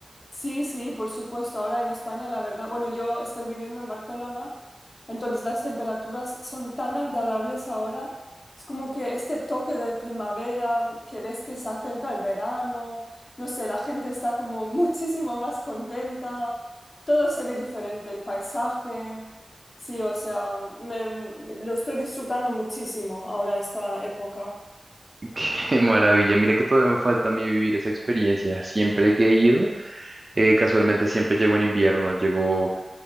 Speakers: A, on the left; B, on the right.
A: Sí, sí, por supuesto. Ahora en España, la verdad, bueno, yo estoy viviendo en Barcelona, entonces las temperaturas son tan agradables ahora. Es como que este toque de primavera, que ves que se acerca el verano, no sé, la gente está como <laughs> muchísimo más contenta, todo se ve diferente, el paisaje. Sí, o sea, me, me- lo estoy disfrutando muchísimo ahora esta época.
B: <laughs> Qué maravilla, mira que todavía me falta a mí vivir esa experiencia. Siempre que he ido Eh, casualmente siempre llegó en invierno, llegó